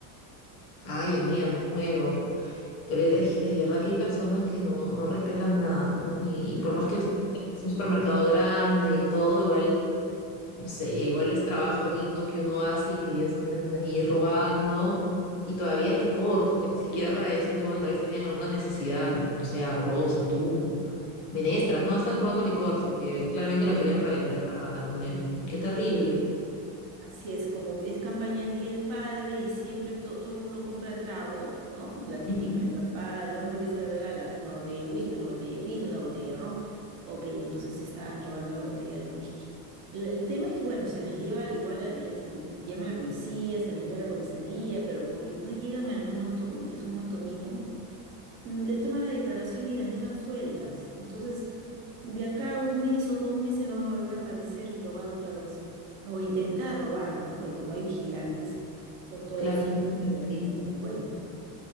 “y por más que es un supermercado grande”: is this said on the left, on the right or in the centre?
Left